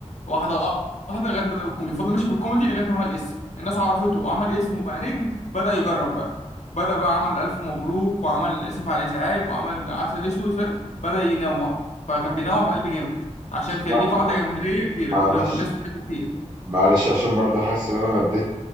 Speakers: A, on the left (about 70°); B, on the right (about 30°).
A: واحدة واحدة لغاية ما بدأ بالكوميدي فضل ماشي بالكوميدي لغاية ما عمل اسم الناس عرفته وعمل اسم وبقى نجم بدأ يجرب بقى بدأ بقى عمل ألف مبروك وعمل آسف على الإزعاج وعمل عسل أسود فاهم بدأ ينوع فكان بينوع بقلب جامد عشان
B: اسمع
A: كان ليه قاعدة
B: اسمع،
A: جماهيرية كبيرة
B: معلش
A: والناس بتحبه كتير
B: معلش عشان برضو حاسس ان انا ما اديت